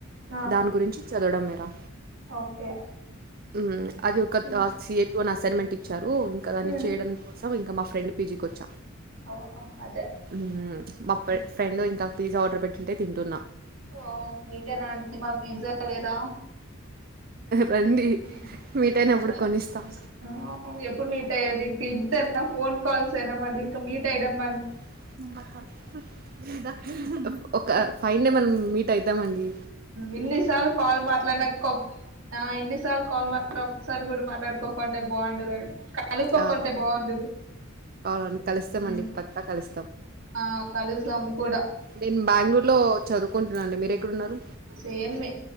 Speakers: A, on the right (about 75°); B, on the right (about 45°).
A: ఆ
B: దాని గురించి చదవడం మెరా
A: ఓకే
B: ఉ
A: మ్
B: అది ఒక సియాపో నస్ అసర్మెంట్ ఇచ్చారు ఇంకా దాన్ని
A: మ్
B: చేయడం కోసం ఇంకా మా ఫ్రెండ్ పీజికి వచ్చా
A: ఓ అదే
B: ఉ మా
A: ఇంకా.
B: ఫ్రెండ్ ఇంకా పిజ్జా ఆర్డర్ పెట్టింటే తింటున్నా,
A: ఓ మీకేనా అండీ నాకు పిజ్జా తెరా
B: రండి
A: <unintelligible>
B: మీట్ అయినప్పుడు కొనిస్తా
A: ఎప్పుడు మీట్ అయ్యదు ఇంకా ఇంతేన ఫోన్ కల్స్ ఏనా ఇకా మీట్ అయడం మ
B: <unintelligible> ఒక ఫైవన్ డే మనం మీట్ అవుతామండి
A: ఇన్నిసార్లు కాల్ మాట్లాడినక ఒక అ ఇన్నిసార్లు కాల్ మాట్లాడినక ఒకసారి కూడా మాట్లాడుకోకుంటే బాగుండదు కనుకోకుంటే
B: ఆ
A: బాగుండదు
B: అవునండి కలుస్తామండి
A: మ్
B: పక్కా కలుస్తాం
A: ఆ కలుస్దాము కూడా
B: నేను బెంగళూరు లో చదువుకుంటున్నా అండి మీరు ఎక్కడన్నారు.
A: సేమే